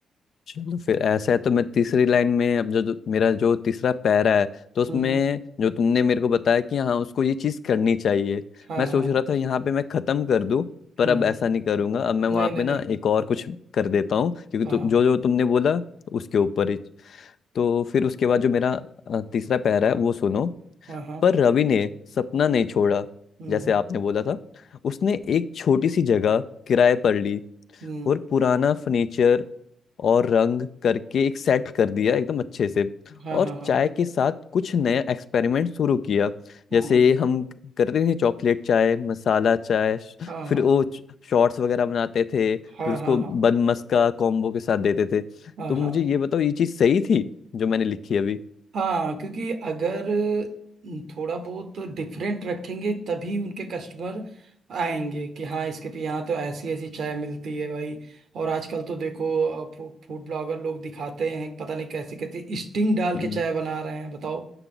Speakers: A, on the left; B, on the right.
A: चलो फिर ऐसा है तो मैं तीसरी लाइन में अब जो, जो मेरा जो तीसरा पैरा है तो उसमें
B: हम्म हम्म
A: जो तुमने मेरे को बताया कि हाँ उसको ये चीज करनी चाहिए
B: हाँ
A: मैं सोच
B: हाँ हाँ,
A: रहा था यहाँ पे मैं खत्म कर दूं पर
B: हम्म
A: अब ऐसा नहीं करूंगा अब मैं वहां
B: नहीं नहीं
A: पे
B: नहीं
A: ना एक और कुछ कर देता हूँ क्योंकि
B: हाँ
A: तु, जो जो तुमने बोला उसके ऊपर ही तो फिर उसके बाद जो मेरा अ, तीसरा पैरा है वो सुनो
B: हाँ हाँ
A: पर रवि ने सपना नहीं छोड़ा
B: हम्म
A: जैसे आपने बोला था उसने एक छोटी सी जगह किराए पर ली
B: हम्म
A: और पुराना फर्नीचर और रंग करके एक सेट कर दिया एकदम अच्छे से
B: हाँ
A: और
B: हाँ हाँ
A: चाय के साथ कुछ नया एक्सपेरिमेंट शुरू किया
B: हम्म
A: जैसे हम करते थे चॉकलेट चाय मसाला चाय श-
B: हाँ
A: फिर
B: हाँ
A: वो शॉर्ट्स वगैरह बनाते थे फिर
B: हाँ
A: उसको
B: हाँ हाँ
A: बन मस्का कॉम्बो के साथ देते थे
B: हाँ
A: तो मुझे
B: हाँ
A: ये बताओ ये चीज़ सही थी जो मैंने लिखी अभी
B: हाँ क्योंकि अगर थोड़ा बहुत डिफरेंट रखेंगे तभी उनके कस्टमर आएंगे कि हाँ इसके पे यहाँ तो ऐसी ऐसी चाय मिलती है भाई और आजकल तो देखो फू, फूड ब्लॉगर लोग दिखाते हैं पता नहीं कैसे कैसे स्टिंग डाल
A: हम्म,
B: के चाय बना रहे हैं बताओ